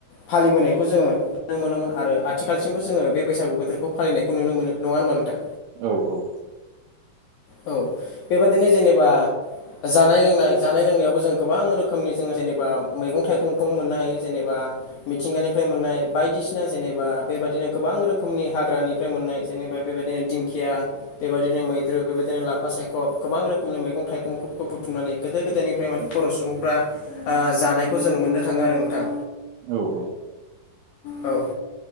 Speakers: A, on the left; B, on the right.
A: फालिबोनायखौ जोङो नुनो मोनोमोन आ रो आथिखालसिमबो जोङो बे बैसागुोथोरखौ फालिनायखौ नुनो मोनो नङा होनबा नोंथां?
B: औ औ।
A: औ बेबादिनो जेनेबा जानाय लोंनाय जानाय लोंनायावबो जों गोबां रोखोमनि जोङो जेनेबा मैगं थाइगंखौ मोननो हायो जेनेबा बा मिथिंगानिफ्राय मोननाय बायदिसिना जेनेबा बेबादिनो गोबां रोखोमनि हाग्रानिफ्राय मोननाय जेन नेबा बेबादिनो दिंखिया बेबादिनो मै‌ <unintelligible> बेबादिनो लाफा सायख' गोबां रोखोमनि मैगं थाइगंखौ बुथुमनानै गोदो गोदायनिफ्राय माने बर' सुबुंफ्रा ओ जानायखौ जों मोननो थाङो आरो नोंथां।
B: औ-औ।
A: औ। ओ